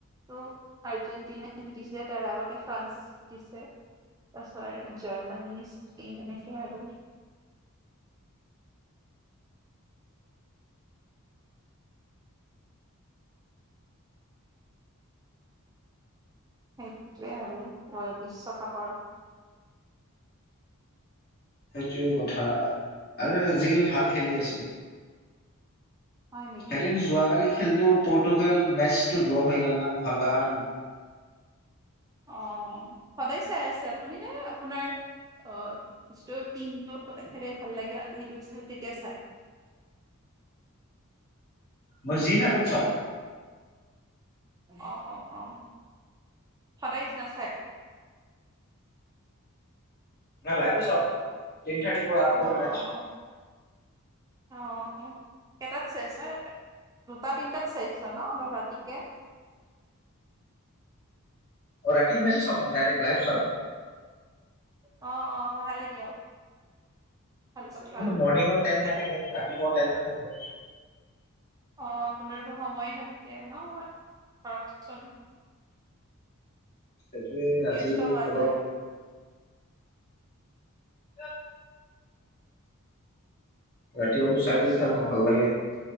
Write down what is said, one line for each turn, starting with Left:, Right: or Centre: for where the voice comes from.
Right: তটো আৰ্জেণ্টিনাই জুতিছিল তাৰ আগতে ফ্ৰান্স দিছে। তাৰ জাৰ্মানী স্পেইন এনেকে আৰু। সেইটোৱে আৰু ৱৰ্ল্ড বিশ্বকাপৰ
Left: সেইটোৱে কথা আৰু আজিকালি ভাল খেলি আছে।
Right: হয় নেকি?
Left: সেইদিন যোৱাকালি খেলটো পৰ্তুগাল মেচটো ড্ৰ হৈ গল না ভাল লাগা না
Right: অ', সদায় চাই আছে আপুনি নে? আপোনাৰ আহ যি টিমটো খেলে, ভাল লাগে সেইটো চাই তেতিয়া চাই?
Left: মই যি ভাগত চাওঁ।
Right: অ', অ', অ', সদায় নাচাই।
Left: নাই লাইভ চাও। টেন থাৰ্টিৰ পৰা আৰম্ভ
Right: অ',
Left: হয় মেচ।
Right: অ', অ', অ', কেইটাত চেচ হয়? দুটা তিনিটাত চেজ হয় ন? অলপ ৰাতিকে।
Left: ৰাতি মেজ চাও মই ডাইৰেক্ট লাইভ চাও।
Right: অ', অ'। ভালে দিয়ক ভাল কথা
Left: মৰ্নিংত টাইম নাথাকে, ৰাতিপুৱাও টাইম নাথাকে।
Right: অ', আপুনাৰটো সময়ে নাথাকে ন? ধৰকচোন।
Left: সেইটোৱে ৰাতি
Right: ব্যস্ত হোৱা
Left: অলপ
Right: যায়।
Left: চ ৰাতি অলপ
Right: ব্যস্ত
Left: চাই দিওঁ খেলটো
Right: হোৱা
Left: ভাল
Right: যায়
Left: লাগে
Right: বহুত।